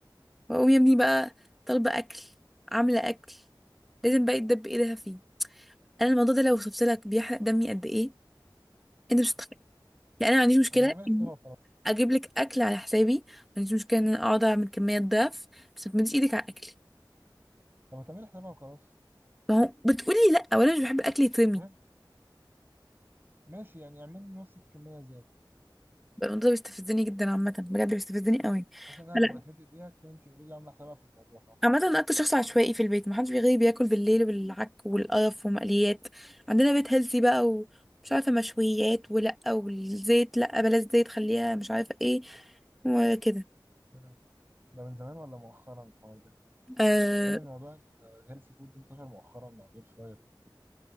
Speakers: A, in the centre; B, on the right.
A: بقوم يا ابني بقى طالبه اكل عامله اكل لازم بقى يتدب ايدها فيه انا الموضوع ده لو وصفت لك بيحرق دمي قد ايه انت مش هتتخيل يعني انا ما عنديش مشكله
B: طب ما تعملي
A: إني
B: حسابها وخلاص
A: اجيب لك اكل على حسابي ما عنديش مشكله ان انا اقعد اعمل كميه ضعف بس ما تمديش ايدك على اكلي
B: طب ما تعملي حسابها وخلاص
A: ما هو بتقولي لا وانا مش بحب الاكل يترمي
B: المهم ماشي يعني اعملي نص الكمية زيادة
A: القانون ده بيستفزني جدا عامة بجد بيستفزني قوي
B: عشان انا
A: لا
B: لما تمد ايديها تكون انت اوريدي عاملة حسابها في الموضوع فاهمة
A: عامة أنا أكتر شخص عشوائي في البيت محدش بيغيب بياكل بالليل والعك والقرف ومقليات عندنا بيت هيلثي بقى ومش عارفة مشويات ولأ والزيت لأ بلاش زيت خليها مش عارفة ايه وكده
B: مم. ده من زمان ولا مؤخرا الحوار ده؟
A: أه
B: متهيألي إن موضوع الهيلثي فود ده انتشر مؤخرا مع الاير فراير وكده